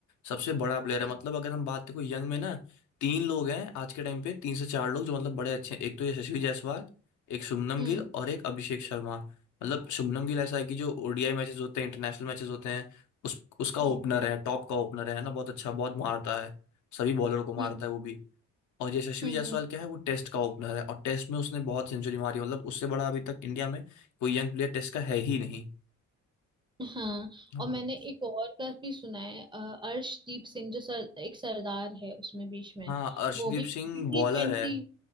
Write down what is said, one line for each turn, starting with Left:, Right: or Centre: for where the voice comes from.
Left: सबसे बड़ा प्लेयर है
Right: हम्म
Left: मतलब अगर हम बात करें यंग में ना तीन लोग हैं आज के टाइम पे तीन से चार लोग जो मतलब बड़े अच्छे हैं एक तो यशस्वी जायसवाल एक शुभमन
Right: हम्म
Left: गिल और एक अभिषेक शर्मा मतलब शुभमन गिल ऐसा है कि जो ओडीआई मैचेस होते हैं इंटरनेशनल मैचेस होते हैं उस उसका
Right: हम्म
Left: ओपनर है टॉप का ओपनर है ना बहुत अच्छा बहुत मारता है सभी बॉलर को मारता
Right: हम्म हम्म,
Left: है वो भी और यशस्वी
Right: हम्म,
Left: जायसवाल
Right: हम्म, हम्म, हम्म, हम्म, हम्म, हम्म,
Left: क्या है वो टेस्ट का ओपनर है और टेस्ट में उसने बहुत सेंचुरी मारी मतलब उससे बड़ा अभी तक इंडिया में कोई यंग प्लेयर टेस्ट का है ही नहीं
Right: हाँ
Left: हाँ
Right: और मैंने एक और का भी सुना है अ, अर्शदीप सिंह जो सर, एक सरदार है उसमें बीच में
Left: हाँ अर्शदीप
Right: वो भी
Left: सिंह
Right: टी
Left: बॉलर
Right: ट्वेंटी
Left: है